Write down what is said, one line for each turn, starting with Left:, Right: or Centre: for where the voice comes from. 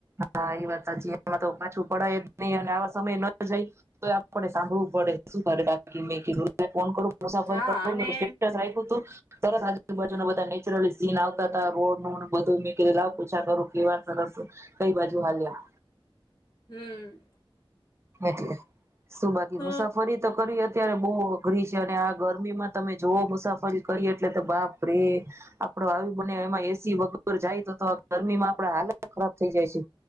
Right: હા એ વાત સાચી એમાં તો પાછું પડાય નહી અને સમય ન જાય તોય આપને સાંભળવું પડે શું કરે બાકી મેં કીધું ફોન કરું મુસાફરી
Left: હા
Right: <unintelligible> કરું
Left: અને
Right: સ્ટેટસ રાયખું તું તરત આજુબાજુના બધા નેચરલી સીન આવતા હતા રોડનું બધું મેં કધ લાવ પૂછા કરું કેવા સરસ કઈ બાજુ હાલ્યા
Left: હમ
Right: એટલે, સુ બાાકી
Left: હા
Right: મુસાફરી તો કરીવી અત્યારે બહુ અઘરી છે અને આ ગરમીમાં તમે જોઓ મુસાફરી કરીએ એટલે તો બાપ રે આપડો આવ બને એમાં એસી વગર જાય તો તો ગરમીમાં આપડા હાલત ખરાબ થઈ જાય છે